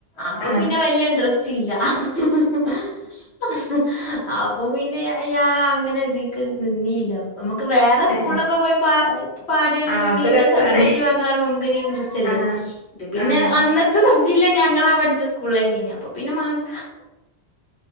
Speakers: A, on the left; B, on the left.
A: അപ്പൊ
B: ആഹ്
A: പിന്നെ വലിയ ഇഡ്രസ്റ്റ്‌ റ്റില്ല ഹ്ഹ ഹ്ഹഹ്ഹ അപ്പൊ പിന്നെ ഞാൻ അങ്ങനെ ദിക്ക് നിന്നില്ല നമുക്ക് വ
B: ഏ
A: സ്കൂളിലൊക്കെ പോയി പ പാടാണ്ട്
B: ആ
A: എന്തെങ്കിലുമൊക്കെ
B: അപ്പൊ രസാണ്
A: ഒരു സർട്ടിഫിക്കറ്റ് വാറോ നമുക്കൊരു ഇൻട്രസ്റ്റ്ല്ലേ
B: ആഹ്
A: ഇ പിന്നെ
B: ആഹ്
A: അന്നത്തെ സബ്ജില ഞങ്ങാ പഠിച്ച സ്കൂളിൽ തന്നെ അപ്പൊ പിന്നെ മണ്ട